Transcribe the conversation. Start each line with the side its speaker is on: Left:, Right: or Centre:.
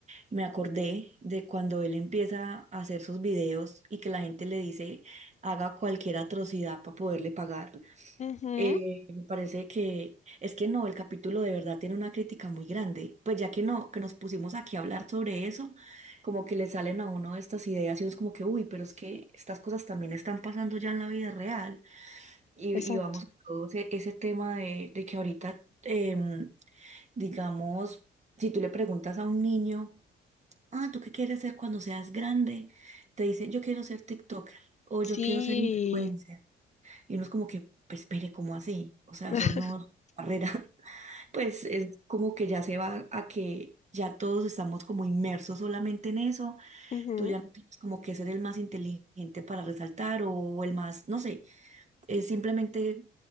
Right: Me acordé de cuando él empieza a hacer sus videos y que la gente le dice haga cualquier atrocidad para poderle pagar.
Left: Ujú,
Right: Eh, me parece que es que no, el capítulo de verdad tiene una crítica muy grande. Pues ya que no, que nos pusimos aquí a hablar sobre eso, como que le salen a uno estas ideas y uno es como que, uy, pero es que estas cosas también están pasando ya en la vida real. Y, y
Left: Exacto.
Right: vamos a todo ese, ese tema de, de que ahorita, em, digamos, si tú le preguntas a un niño ah, ¿tú qué quieres ser cuando seas grande? Te dice, yo quiero ser TikToker o
Left: Sí.
Right: yo quiero ser influencer. Y uno es como que, pues, espere, ¿cómo así? O sea,
Left: <laughs>
Right: son no barreras. <laughs> Pues es como que ya se va a que ya todos estamos como inmersos solamente en eso.
Left: Ujú,
Right: Tú ya no tienes como que ser el más inteligente para resaltar o el más, no sé, eh, simplemente